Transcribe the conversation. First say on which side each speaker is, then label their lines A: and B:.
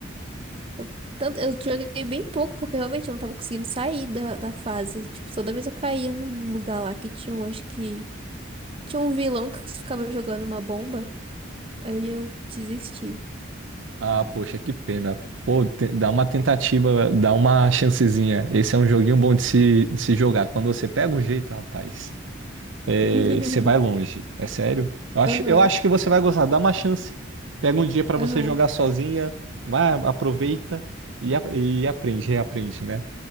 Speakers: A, on the right; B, on the right.
A: Eu, tanto, eu joguei bem pouco, porque realmente eu não tava conseguindo sair da, da fase. Tipo, toda vez eu caía num lugar lá que tinha um, acho que... Tinha um vilão que ficava jogando uma bomba. Aí eu desisti.
B: Ah, poxa, que pena. Pô, te- dá uma tentativa, dá uma chancezinha. Esse é um joguinho bom de se, de se jogar. Quando você pega o jeito, rapaz, é,
A: <laughs>
B: você vai longe. É sério? Eu acho,
A: Aham,
B: eu acho que você vai gostar. Dá uma chance. Pega um dia pra
A: aham.
B: você jogar sozinha, vai, aproveita e, a- e aprende, reaprende, né?